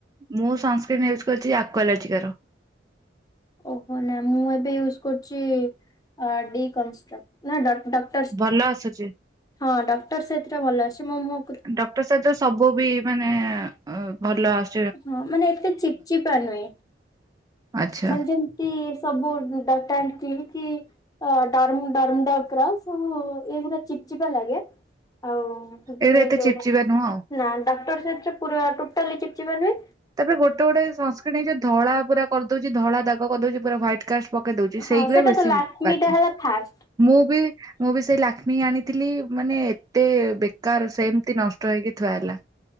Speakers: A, on the right; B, on the left.
A: ମୁଁ ସନ୍ ସ୍କ୍ରିନ୍ ୟୁଜ୍ କରୁଚି ଆକ୍ୱାଲୋଜିକାର
B: ଓହୋ ନା ମୁଁ ଏବେ ୟୁଜ୍ କରୁଚି ଅ ଡି଼ କଷ୍ଟ୍ରକ ନା ଡ଼ ଡଟ୍।
A: ଭଲ ହସୁଚି।
B: ହଁ ଡ଼କ୍ଟର ସେଥିରେ ଭଲ ଆସୁଚି ମୋ ମୁ
A: ଡ଼କ୍ଟର ସହିତ ସବୁ ବି ମାନେ ଆଁ ‌ଭଲ ଆସୁ
B: ହଁ ମାନେ ଏତେ ଚିପ୍ ଚିପା ନୁହେଁ
A: ଆଚ୍ଛା
B: ମାନେ ଯେମ୍ କି ସବୁ ଡାଟା ଆଣ୍ଡ୍ କ୍ଲିକ୍ କି ଅ ଡର୍ମଡର୍ମଡକ୍ ର ସବୁ ଏଗୁରା ଚିପ୍ ଚିପା ଲାଗେ। ଆଉ ନା
A: ଏଇରା ଏତେ ଚିପଚିପା ନୁହଁ ଆଉ।
B: ଡକ୍ଟର ସେଥିରେ ପୁରା ଟୋଟାଲିି ଚିପ୍ ଚିପ୍ ନୁହଁ।
A: ତାପରେ ଗୋଟେ ଗୋଟେ ସନସ୍କିଟ୍ ଏଯୋଇ ଧଳା ପୁରା କରିଦଉଚି ଧଳା ଦାଗ କରିଦଉଚି ପୁରା ହ୍ୱାଇଟ୍ କାଷ୍ଟ। ପକେଇ ଦଉଚି
B: ହଁ
A: ସେଇଗୁରା
B: ସେଟା
A: ବେଶୀ
B: ତ ଲାକ୍ମିଟା
A: ବାଜି।
B: ହେଲା ଫାଷ୍ଟ।
A: ମୁଁ ବି ମୁଁ ବି ସେଇ ଲାକ୍ଷ୍ମୀ ଆଣିଥିଲି ମାନେ ଏତ୍ ଏତେ ବେକାର ସେମିତି ନଷ୍ଟ ହେଇକି ଥୁଆ ହେଲା।